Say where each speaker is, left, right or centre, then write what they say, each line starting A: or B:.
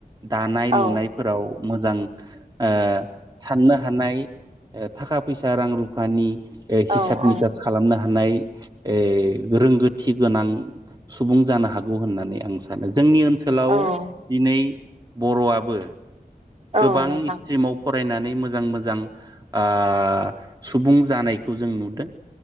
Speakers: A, on the right (about 25°); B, on the right (about 45°).
A: दानाय
B: औ
A: लुनाय खौ मोजां ओ साननो हानाय ओ थाखा फैसा रां रुफानि ओ
B: औ
A: हिसाब
B: औ
A: निकास खालामनो हा हानाय ओ रोंगोथि गोनां सुबुं जानो हागौ होननानै आं सानो जोंनि ओन सोलाव
B: औ
A: दिनै बर'आबो गोबां
B: औ नोंथां
A: स्ट्रिमाव फर फरायनानै मोजां मोजां ओ सुबुं जानायखौ जों नुदों।